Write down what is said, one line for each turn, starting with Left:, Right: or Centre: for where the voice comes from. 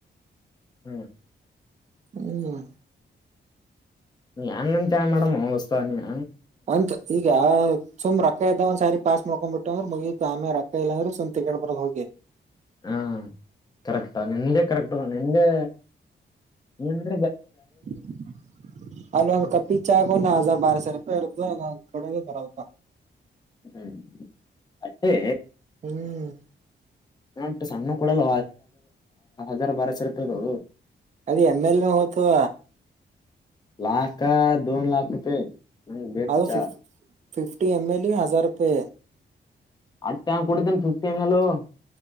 Left: ಹ್ಮ್.
Right: ಹ್ಮ್.
Left: ನೀ ಹೆಂಗಂತಿ ಹಂಗ್ ಮಾಡಮ್ ಹೂ <unintelligible>
Right: ಅಂತ ಈಗ, ಸುಮ್ ರೊಕ್ಕ ಇದ್ಗ ಒಂದ್ ಸಾರಿ ಪಾಸ್ ಮಾಡ್ಕೊಂಡ್ಬಿಟ್ಟೆವು ಅಂದ್ರ ಮುಗಿತು ಆಮೆಗ ರಕ್ಕ ಇಲ್ಲಂದ್ರ ಸುಮ್ ತಿರಗಾಡಿ ಬರೋದ ಹೋಗಿ.
Left: ಹ್ಮ್ ಕರೆಕ್ಟ್ ಆದ ನಿಂದೇ ಕರೆಕ್ಟ್ ನೋಡ್ ನಿಂದೆ ನಿಂದ್
Right: <unintelligible> ಸರಪ ಇರುತ್ತ ನಾ <unintelligible>
Left: ಹ್ಮ್ ಅಟ್ಟೆ,
Right: ಹ್ಮ್.
Left: ನಾ ಸಣ್ಣವು ಕೊಡಲ್ ಹಾರ ಬಾರ ಸೌ ರೂಪಾಯಿದು.
Right: ಅದ ಎಂಎಲ್ನು ಹೊತದ.
Left: ಲಾಖ ದೊ ಲಾಖ ರೂಪಾಯಿ ಹ ಬೇಕು
Right: ಅದು
Left: ಚಾ.
Right: ಫಿಫ್ ಫಿಫ್ಟಿ ಎಮ ಎಲ್ಗಿ ಇ ಹಜಾರ ರೂಪೈ.
Left: ಅಟ್ಟ ಯಾವ್ ಕುಡಿತನ ಫಿಸ್ಟಿ ಎಂಲೂ.